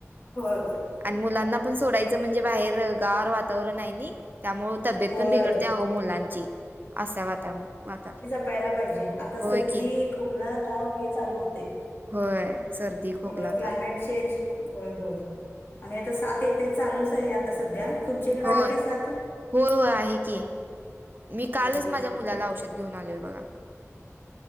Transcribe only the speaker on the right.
आणि मुलांना पण सोडायचं म्हणजे बाहेर गार वातावरण हाय नाही. त्यामुळे तब्येत
पण बिघडत्या, आवं मुलांची असा वातावरण वातावरण
होय
की
होय. सर्दी खोकला
ताप
होय,
होय, होय आहे की. मी
कालच
माझ्या मुलाला
औषध घेऊन आलोय बघा.